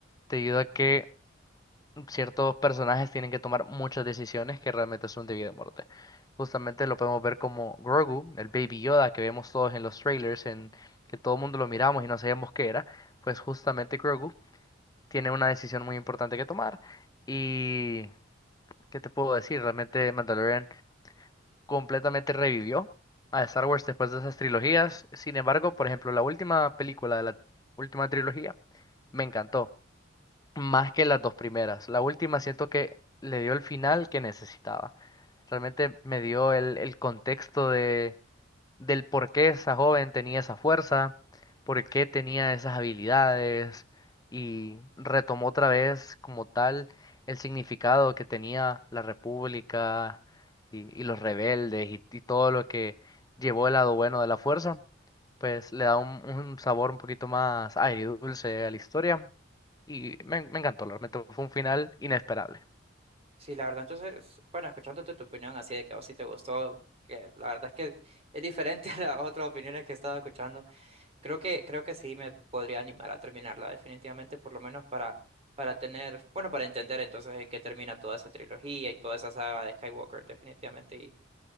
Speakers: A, on the left; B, on the right.
A: debido a que ciertos personajes tienen que tomar muchas decisiones que realmente son de vida o muerte. Justamente lo podemos ver como Grogu, el Baby Yoda que vemos todos en los trailers, en que todo el mundo lo miramos y no sabíamos qué era, pues justamente Grogu tiene una decisión muy importante que tomar y ¿qué te puedo decir? Realmente Mandalorian completamente revivió a Star Wars después de esas trilogías. Sin embargo, por ejemplo, la última película de la última trilogía me encantó más que las dos primeras. La última siento que le dio el final que necesitaba. Realmente me dio el, el contexto de, del por qué esa joven tenía esa fuerza, por qué tenía esas habilidades y retomó otra vez como tal el significado que tenía la República y, y los rebeldes y, y todo lo que llevó el lado bueno de la fuerza. Pues le da un, un sabor un poquito más agridulce a la historia y me, me encantó, realmente fue un final inesperable.
B: Sí, la verdad, entonces, bueno, escuchándote tu opinión así de que a vos sí te gustó, que la verdad es que es diferente <laughs> a las otras opiniones que he estado escuchando, creo que, creo que sí me podría animar a terminarla definitivamente, por lo menos para, para tener, bueno, para entender entonces en qué termina toda esa trilogía y toda esa saga de Skywalker definitivamente. Y